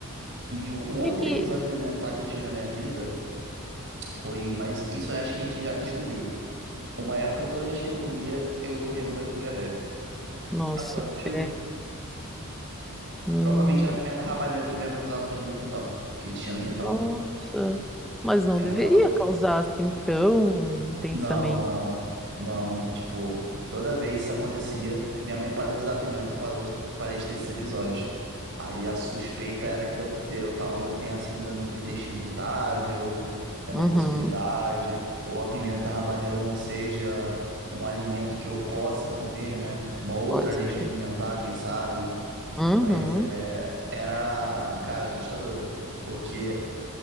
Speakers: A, on the right; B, in the centre.
A: E o outro
B: Que que-
A: episódio alimentar que eu tive na minha vida foi, mas isso eu acho que a gente já descobriu. Uma época, toda vez que eu comia, eu corria no banheiro com diarreia.
B: Nossa,
A: Sabe qual era o motivo?
B: é. hum,
A: Provavelmente era a
B: de-
A: pimenta rabaneiro que minha mãe usava aqui no meu quintal, que a gente tinha no quintal.
B: Nossa, mas não
A: Minha
B: deveria
A: mãe usava,
B: causar assim tão intensamente.
A: Não, não, não. Tipo, toda vez isso acontecia, minha mãe parou de usar pimenta, parou de, parei de ter esses episódios. Aí a suspeita era que eu, te- eu- talvez eu tenha a síndrome do intestino irritável, é uma
B: Uhum,
A: possibilidade, ou a pimenta habanero não seja um alimento que eu possa comer, né? Uma outra
B: pode
A: alergia
B: ser.
A: alimentar, quem sabe.
B: Uhum.
A: Mas é, era, cara, assustador, porque